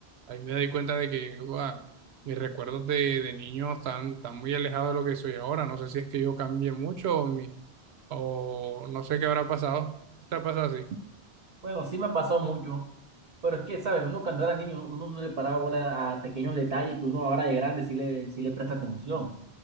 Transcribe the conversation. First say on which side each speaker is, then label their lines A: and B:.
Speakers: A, on the right; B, on the right.
A: ahí me doy cuenta de que, uah, mis recuerdos de, de niño están, están muy alejados de lo que soy ahora, no sé si es que yo cambié mucho o, mi, o no sé qué habrá pasado, está pasado así.
B: Bueno, sí me ha pasado mucho, pero es que, ¿sabes? Uno cuando era niño, uno no le paraba bola a pequeños detalles que uno ahora de grande sí le, sí le presta atención.